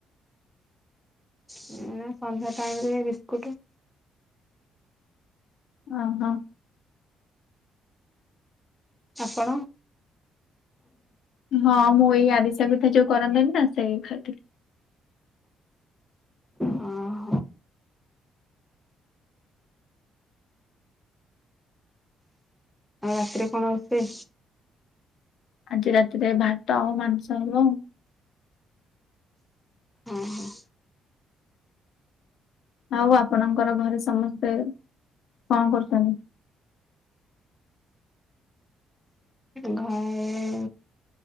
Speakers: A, in the centre; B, on the left.
A: ଏଇନା ସନ୍ଧ୍ୟା ଟାଇମ ରେ ବିସ୍କୁଟ।
B: ଅ, ହଁ।
A: ଆପଣ!
B: ହଁ, ମୁଁ ଏଇ ଆରିଶା ପିଠା ଯୋଉ କରନ୍ତିନି ନା, ସେଇ ଖାଇଥିଲି।
A: ହଁ। ଆଉ ରାତିରେ କଣ ରୋଷେ?
B: ଆଜି ରାତିରେ ଭାତ ଆଉ ମାଂସ ହବ ଆଉ।
A: ହଁ, ହଁ।
B: ଆଉ, ଆପଣଙ୍କର ଘରେ ସମସ୍ତେ କଣ କରୁଚନି?
A: ଘଏଁ